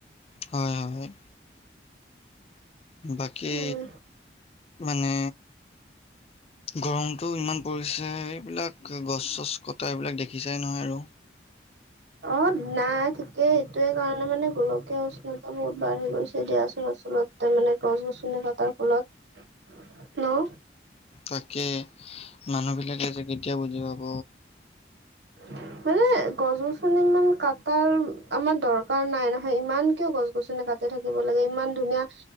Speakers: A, on the left; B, on the right.
A: হয়, হয়। বাকী
B: উম
A: মানে গৰমটো ইমান পৰিছে এইবিলাক গছ চছ-কটা এইবিলাক দেখিছাই নহয় আৰু।
B: অ নাই থিকে সেইটোৱে কাৰণে মানে গোলকীয়া উষ্ণতা বহুত বাঢ়ি গৈছে দিয়াছোন আছলটে। মানে গছ-গছনি কতাৰ ফলত ন'।
A: তাকে মানুহ বিলাকে যে কেতিয়া বুজি পাব।
B: <inaudible> মানে গছ-গছনি ইমান কাটাৰ আমাৰ দৰকাৰ নাই নহয় ইমান কিয় গছ গছনি কাটি থাকিব লাগে ইমান ধুনীয়া